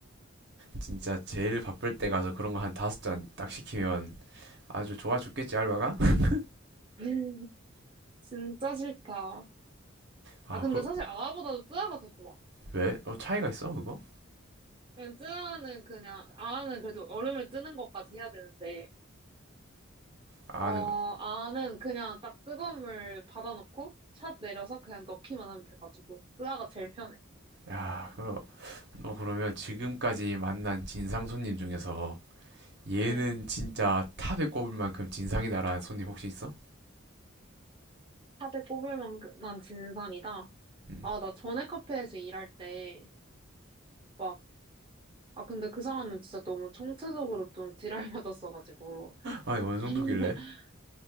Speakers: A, on the right; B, on the right.
A: 진짜 제일 바쁠 때 가서 그런 거 한 다섯 잔 딱 시키면 아주 좋아 죽겠지, 알바가? <laughs>
B: <laughs> 진짜 싫다.
A: 아,
B: 아, 근데
A: 그,
B: 사실 아아보다도 뜨아가 더 좋아.
A: 왜? 어, 차이가 있어, 그거?
B: 그냥 뜨아는 그냥, 아아는 그래도 얼음을 뜨는 것까지 해야 되는데,
A: 아,
B: 어,
A: 네.
B: 아아는 그냥 딱 뜨거운 물 받아놓고, 샷 내려서 그냥 넣기만 하면 돼가지고, 뜨아가 제일 편해.
A: 야, 그럼, 너 그러면 지금까지 만난 진상 손님 중에서 얘는
B: 응.
A: 진짜 탑에 꼽을 만큼 진상이다라는 손님 혹시 있어?
B: 샷에 꼽을 만한 진상이다.
A: 음.
B: 아, 나 전에 카페에서 일할 때, 막, 아, 근데 그 사람은 진짜 너무 총체적으로 좀 지랄맞았어가지고.
A: 아니, 어느 정도길래?
B: <laughs>